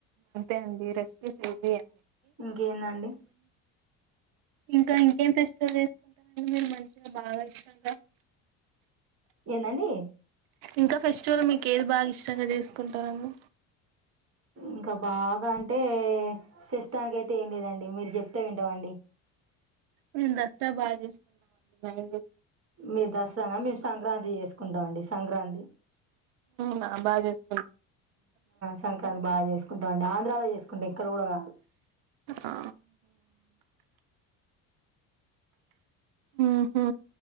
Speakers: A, on the right; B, on the right.
A: అంతే అండి రెసిపీస్ ఇవి <inaudible>
B: ఇంకేందండి.
A: ఇంకా ఇంకేం ఫెస్టివల్ చేసుకుంటారండి మీరు మంచిగా బాగా ఇష్టంగా.
B: ఏదండి.
A: ఇంకా ఫెస్టివల్ మీకు ఏది బాగా ఇష్టంగా చేసుకుంటారండి.
B: ఇంకా బాగా అంటే ప్రస్తుతానికి అయితే ఏం లేదండి మీరు చెప్తె వింటాం అండి.
A: మేం దసరా బాగా చేసుకున్నాం అండి. గారెలు
B: మీరు దసరానా మేము సంక్రాంతి చేసుకుంటామండి సంక్రాంతి.
A: ఉమ్మ్ బాచేస్
B: సంక్రాంతి బాగా చేసుకుంటాం ఆంధ్రాలో చేసుకుంటా ఇక్కడ కూడా కాదు
A: ఆ ఆహా